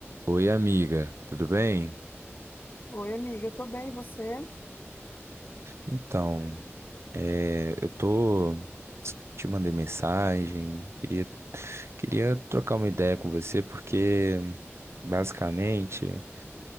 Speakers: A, on the right (about 60°); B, on the left (about 45°).
A: Oi, amiga, tudo bem?
B: Oi, amiga, eu tô bem, e você?
A: Então, é, eu tô. Te mandei mensagem, queria, queria trocar uma ideia com você, porque basicamente,